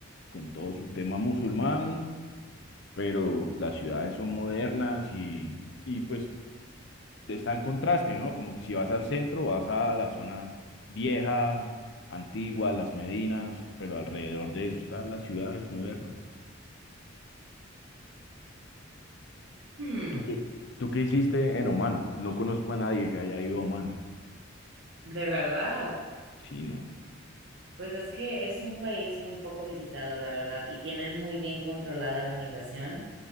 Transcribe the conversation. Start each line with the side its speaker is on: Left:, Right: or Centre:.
Left: con todo su tema musulmán, pero las ciudades son modernas y, y pues está el contraste, ¿no? Como que si vas al centro, vas a la zona vieja, antigua, las Medinas, pero alrededor de eso están las ciudades modernas.
Right: Hmm,
Left: ¿Tú qué, tú qué hiciste en Oman? No conozco a nadie que haya ido a Oman.
Right: de verdad.
Left: Sí, no.
Right: Pues es que es un país muy poco visitado, la verdad, y tienen muy bien controlada la migración.